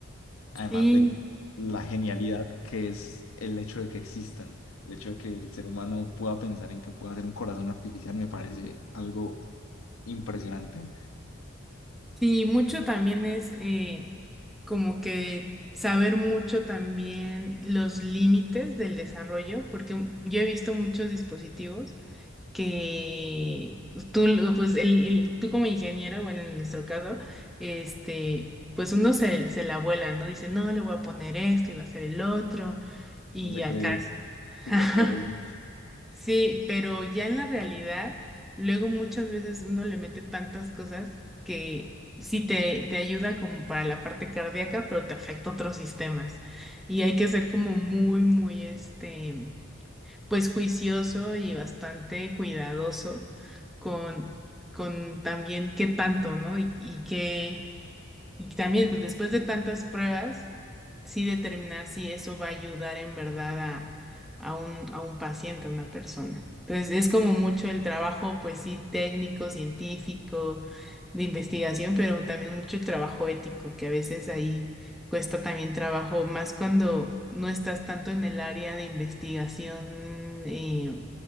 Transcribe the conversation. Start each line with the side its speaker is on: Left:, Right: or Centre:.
Left: además
Centre: Sí,
Left: de la genialidad que es el hecho de que existan, el hecho de que el ser humano pueda pensar en que pueda hacer un corazón artificial, me parece algo impresionante.
Centre: sí, mucho también es eh, como que saber mucho también los límites del desarrollo, porque yo he visto muchos dispositivos que tú, lo- pues el, el- tú como ingeniero, bueno, en nuestro caso, este, pues uno se, se la vuela, ¿no? Dice, no, le voy a poner esto y va a ser el otro, y
Left: Uno se
Centre: acá.
Left: cree súper
Centre: <laughs>
Left: poderoso.
Centre: Sí, pero ya en la realidad, luego muchas veces uno le mete tantas cosas que sí te, te ayuda como para la parte cardíaca, pero te afecta otros sistemas. Y hay que ser como
Left: Sí,
Centre: muy, muy, este, pues juicioso y bastante cuidadoso con, con también qué tanto, ¿no? Y, y qué, y también, pues después de tantas pruebas, sí determinar si eso va a ayudar en verdad a, a un, a un paciente, a una persona. Entonces, es como mucho el trabajo, pues sí, técnico, científico, de investigación, pero también mucho el trabajo ético, que a veces ahí cuesta también trabajo, más cuando no estás tanto en el área de investigación, eh,